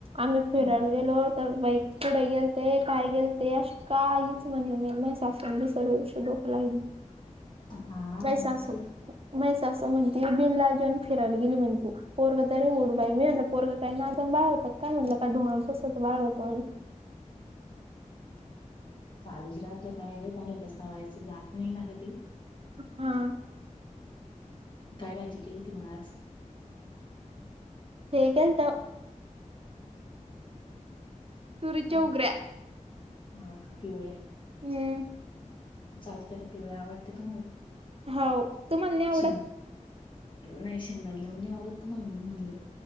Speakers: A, on the right; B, on the left.
A: आम्ही फिरायला
B: हम्म.
A: गेलो तर बाई, कूडे गेलते? काय गेलते? अश काहीच म्हणलं नाही. माझ्या सासू <unintelligible>
B: <inaudible>
A: माई
B: मग
A: सासू
B: तेच
A: माई सासू म्हणती बिनलाजेन फिरायला गेली म्हणे तू, पोरग <unintelligible> पोरग काय नादम बाळ होत क काय? म्हणलं का ढोळ बसवतं बाळ होत
B: चालूच राहत काय ग? त्यांना ते सवयचे जात नाही ना ग ती?
A: हा.
B: काय भाजी केलती मग आज?
A: हे केलंत. तुरीच
B: काय?
A: उग्र्या.
B: हा का पिवळ्या?
A: हम्म.
B: चालतय का? पिवळ्या आवडते तुम्हाला?
A: हाव, तुम्हाला नाही आवडत?
B: शेंग नाही, शेंगदाणे लावून नाही आवडत तुम्हाला म्हणून म्हनल.